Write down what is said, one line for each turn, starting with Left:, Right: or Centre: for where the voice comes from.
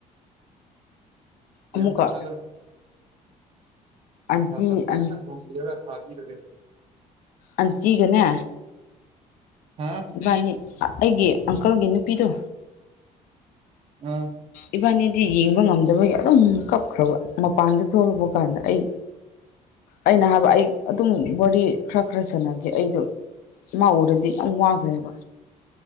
Right: ꯀꯦꯝꯇꯥ
Left: ꯑꯃꯨꯛꯀ
Right: ꯈꯜꯂꯣꯔꯅꯨꯁꯦ ꯑꯣꯛ
Left: ꯑꯟꯇꯤ
Right: ꯁꯥ ꯐꯖꯅ
Left: ꯑꯟ
Right: ꯊꯣꯡꯕꯤꯔꯒ ꯊꯕꯤꯒ꯭ꯔꯒꯦ
Left: ꯑꯟꯇꯤꯒꯅꯦ
Right: ꯍꯥꯥ
Left: ꯏꯕꯥꯅꯤ ꯑꯩꯒꯤ ꯑꯪꯀꯜꯒꯤ ꯅꯨꯄꯤꯗꯣ꯫
Right: ꯑꯥ
Left: ꯏꯕꯥꯅꯤꯗꯤ ꯌꯦꯡꯕ ꯉꯝꯗꯕꯒꯤ ꯑꯗꯨꯝ ꯀꯞꯈ꯭ꯔꯕ ꯃꯄꯥꯟꯗ ꯊꯣꯛꯂꯛꯄ ꯀꯥꯟꯗ ꯑꯩ꯫
Right: <inaudible>
Left: ꯑꯩꯅ ꯍꯥꯏꯕ ꯑꯩ ꯑꯗꯨꯝ ꯋꯥꯔꯤ ꯈꯔ ꯈꯔ ꯁꯥꯟꯅꯒꯦ ꯑꯩꯗꯨ꯫ ꯃꯥ ꯎꯔꯗꯤ ꯌꯥꯝ ꯋꯥꯈ꯭ꯔꯦꯕ꯫